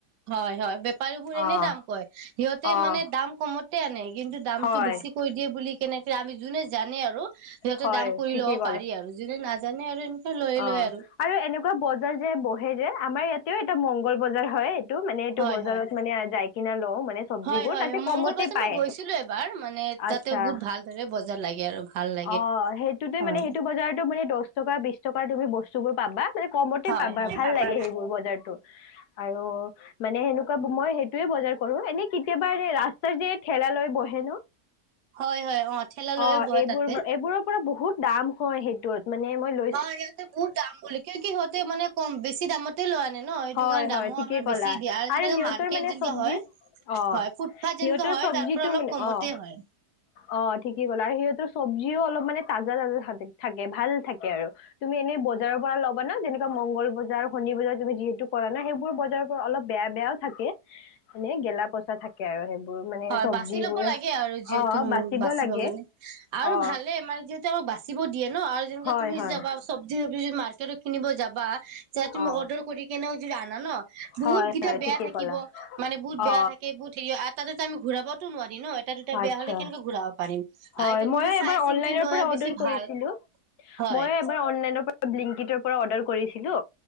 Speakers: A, on the right; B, on the left.
A: হয়, হয়, বেপাৰীবোৰ
B: অঁ
A: এনে দাম কয়, সিহঁতে
B: অঁ
A: মানে দাম কমতে আনে কিন্তু দামটো
B: হয়
A: বেছি কৈ দিয়ে বুলি কেনেকে আমি যোনে জানে আৰু সিহতে
B: হয়
A: দাম কৰি
B: ঠিকেই
A: ল'ব পাৰি আৰু। যোনে নাজানে আৰু লৈ
B: অ',
A: লয়
B: আৰু এনেকুৱা বজাৰ যে বহে যে আমাৰ ইয়াতেও এটা মংগল বজাৰ হয় তো মানে এইটো
A: হয়
B: বজাৰত
A: হয়
B: মানে আ যাই কিনা লওঁ মানে চব্জিবোৰ
A: হয় হয়,
B: তাতে কমতে
A: মংগল বজাৰ
B: পায়
A: মই গৈছিলোঁ এবাৰ মানে
B: আচ্ছা
A: তাতে বহুত ভালদৰে বজাৰ লাগে আৰু। ভাল লাগে
B: অ', সেইটোতে
A: হয়
B: মানে সেইটো বজাৰতো মানে দছ টকা বিশ টকাৰ তুমি বস্তুবোৰ পাবা মানে কমতে
A: হয়
B: পাবা
A: হয়
B: ভাল লাগে সেইবোৰ বজাৰতো। আৰু মানে সেনেকুৱা ব মই সেইটোয়ে বজাৰ কৰো এনে কেতিয়াবা ৰে ৰাস্তা যে ঠেলালৈ বহে ন'?
A: হয় হয় অ ঠেলা লৈয়ে
B: অ',
A: বহে
B: এইবোৰ
A: তাতে
B: এইবোৰৰ পুৰা বহুত দাম হয় সেইটোত মানে মই ল
A: অ', সিহঁতে বহুত দাম বুলি কিয় কি সিহঁতে মানে কম বেছি দামত তে লোৱা আনে ন' সেইটো
B: হয়
A: কাৰণে দামো
B: হয় ঠিকেই
A: আমাৰ বেছি
B: ক'লা
A: দিয়ে আৰু যেনে
B: সিহঁতৰ
A: মাৰ্কেট
B: মানে
A: যেনেকা
B: চব্জি
A: হয়।
B: অ
A: হয়, ফুটফাত
B: সিহঁতৰ
A: যেনেকোৱা হয়
B: চব্জিটো
A: তাৰ পৰা অলপ
B: মানে
A: কমতে
B: অ
A: হয়।
B: অ', ঠিকেই কলা আৰু সিহঁতৰ চব্জিও অলপ মানে তাজা তাজা <unintelligible> থাকে ভাল থাকে আৰু। তুমি এনেই বজাৰৰ পৰা ল'বা না যেনেকা মংগল বজাৰ, শনি বজাৰ তুমি যিহে টো কৰা নাই সেইবোৰ বজাৰৰ পৰা অলপ বেয়া বেয়াও থাকে, মানে গেলা পচ তা থাকে আৰু সেইবোৰ মানে
A: হয়
B: চব্জিবোৰ,
A: বাচি ল'ব লাগে আৰু যিহেতু
B: অ' বাচিব লাগে।
A: কাৰণে আৰু
B: অ
A: ভালে মানে যিহেতু আমাক বাচিব দিয়ে ন' আৰু যেনেকাে
B: হয়
A: তুমি
B: হয়
A: যাবা চব্জি তব্জি যদি মাৰ্কেটত কিনিব যাবা। যায় তুমি
B: অ
A: অৰ্ডাৰ কৰি কেনে যদিও আনা ন, বহুতকেইটা
B: হয় হয়
A: বেয়া
B: ঠিকেই
A: থাকিব।
B: ক'লা
A: মানে বহুত
B: অ
A: বেয়া থাকে, বহুত হেৰী হয় আৰু তাতে ত' আমি ঘুৰাবটো নোৱাৰি ন। এটা দুটা বেয়া
B: আচ্ছা
A: হ'লে কেনেকে ঘূৰাব পাৰিম।
B: হয়,
A: আৰু এতিয়া
B: মইও
A: নিজে
B: এইবাৰ
A: চাই চিন্তি
B: অনলাইনৰ
A: লোৱা
B: পৰা
A: বেছি
B: অৰ্ডাৰ কৰিছিলোঁ।
A: ভাল হয়
B: মইও এইবাৰ অনলাইনৰ পৰা ব্লিংকিটৰ পৰা অৰ্ডাৰ কৰিছিলো,